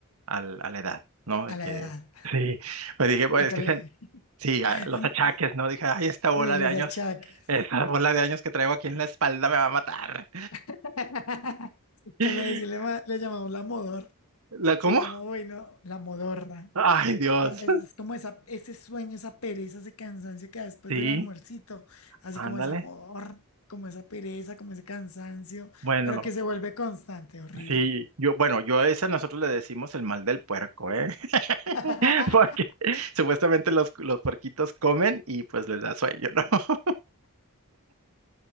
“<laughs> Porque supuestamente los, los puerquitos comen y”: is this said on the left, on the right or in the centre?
Right